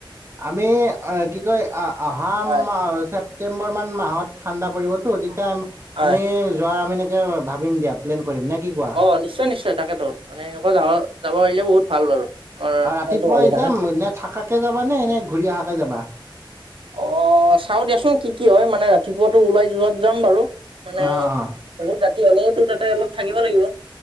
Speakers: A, on the right; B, on the right.
A: আমি অ কি কয়, আ আ অহা
B: হয়
A: ছে ছেপ্টেম্বৰমান মাহত ঠাণ্ডা পৰিবতো, তেতিয়া
B: হয়
A: আমি যোৱাৰ আমি ভাবিম দিয়া, প্লেন কৰিম নে কি? কোৱা
B: অ নিশ্চয় নিশ্চয় তাকেতো, মানে এনেকুৱা যাব যাব পাৰিলে বহুত ভাল বাৰু। আমাৰ
A: আ ৰাতিপুৱাই
B: মনটো ভাল হৈ থাকে
A: যাম, নে থকাকে যাবা নে, এনে ঘূৰি অহাকে যাবা?
B: অ চাওঁ দিয়াচোন কি কি হয়, মানে ৰাতিপুৱাতো ওলাই যোৱাত যাম বাৰু মানে
A: অ', অ',
B: বহুত ৰাতি হলে, তোৰ তাতে অলপ থাকিব লাগিব।